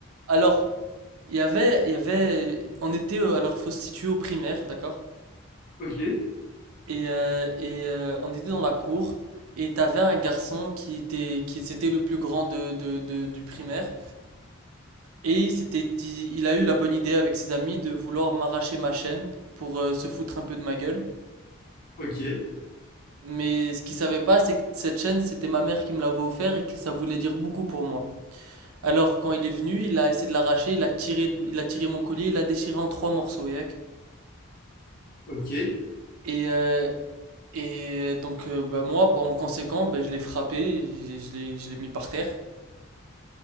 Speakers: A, on the right; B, on the left.
A: alors, il y avait, il y avait, on était, euh, alors faut se situer au primaire, d'accord?
B: <laughs> Ok,
A: Et, euh, et euh, on était dans la cour et t'avais un garçon qui était, qui c'était le plus grand de, de, de- du primaire et il s'était dit, il a eu la bonne idée avec ses amis de vouloir m'arracher ma chaîne pour euh, se foutre un peu de ma gueule.
B: ok,
A: Mais ce qu'il savait pas, c'est que cette chaîne, c'était ma mère qui me l'avait offert et que ça voulait dire beaucoup pour moi. Alors quand il est venu, il a essayé de l'arracher, il a tiré, il a tiré mon collier, il l'a déchiré en trois morceaux, yak.
B: ok.
A: Et, euh, et euh, donc, euh, bah, moi, en conséquent, bah, je l'ai frappé, je, je l'ai, je l'ai mis par terre.